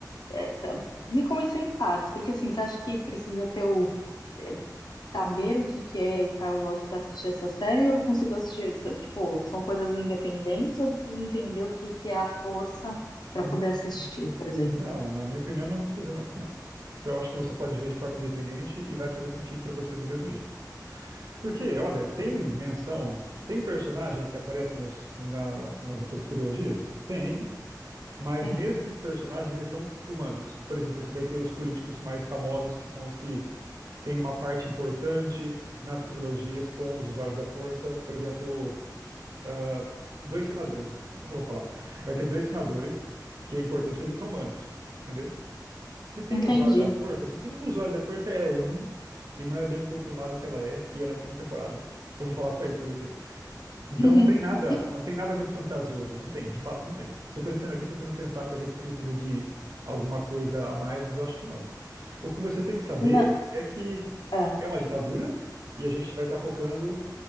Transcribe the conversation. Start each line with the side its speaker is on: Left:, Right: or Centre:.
Left: é, tá- me convenceu em partes, porque assim, você acha que precisa ter o. é, saber o que que é Star Wars para assistir essa série, ou eu consigo assistir, sabe, tipo, são coisas independentes, ou eu preciso entender o que que é a força para
Right: Hum,
Left: poder assistir, por exemplo?
Right: Não, na minha opinião, não precisa, não, não. Isso eu acho que você pode ver de forma independente e vai fazer sentido pra você do mesmo jeito. Porque, olha, tem
Left: Uhum,
Right: menção, tem personagens que aparecem nos- na- nas, nas outras trilogias? Tem, mas
Left: uhum,
Right: mesmo esses personagens, eles são humanos. Por exemplo, você vai ter os políticos mais famosos, que são os que têm uma parte importante nas trilogias com os usuários da força. Por exemplo, ah, dois senadores, eu não vou falar. Vai ter dois senadores, que é importante, mas eles são humanos. entendeu? Se tem
Left: entendi.
Right: usuário da força, se tem um usuário da força é um, e não é bem confirmado que ela é, e é na segunda temporada. Eu vou falar só isso pra você. Então
Left: <laughs>
Right: não tem nada, não tem nada muito fantasioso, não tem, de fato não tem. Tô pensando aqui, tentando pensar pra ver se precisa de alguma coisa a mais, mas eu acho que não. O que você tem que saber
Left: Não,
Right: é que
Left: é,
Right: é uma ditadura e a gente vai estar focando